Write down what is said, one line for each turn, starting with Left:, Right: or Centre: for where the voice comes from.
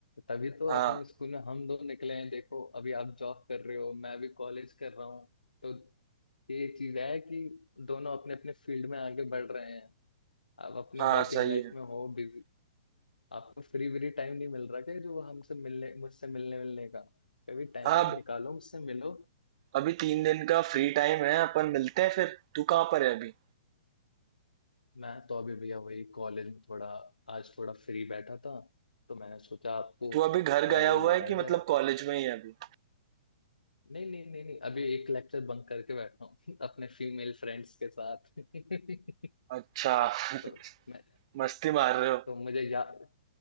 Left: तभी तो
Right: हाँ
Left: अपने स्कूल में हम दो निकले हैं देखो अभी आप जॉब कर रहे हो मैं भी कॉलेज कर रहा हूँ तो ये चीज है कि दोनों अपने अपने फील्ड में आगे बढ़ रहे हैं आप अपनी
Right: हाँ
Left: वर्किंग
Right: सही
Left: लाइफ
Right: है
Left: में हो बिजी आपको फ्री व्री टाइम नहीं मिल रहा क्या जो हमसे मिलने मुझसे मिलने मिलने का कभी टाइम
Right: हाँ
Left: वाइम
Right: अब-
Left: निकालो मुझसे मिलो
Right: अभी तीन दिन का फ्री टाइम है अपन मिलते हैं फिर तू कहाँ पर है अभी
Left: मैं तो अभी भैया वही कॉलेज में थोड़ा आज थोड़ा फ्री बैठा था तो मैंने सोचा आपको
Right: तू अभी घर
Left: कॉल
Right: गया
Left: वॉल
Right: हुआ
Left: लगाई
Right: है कि मतलब
Left: जाए
Right: कॉलेज में ही है अभी
Left: नहीं नहीं नहीं नहीं अभी एक लेक्चर बंक करके बैठा हूँ <laughs> अपने फीमेल फ्रेंड्स के साथ <laughs>
Right: अच्छा <laughs>
Left: तो मैं
Right: मस्ती मार रहे हो
Left: तो मुझे याद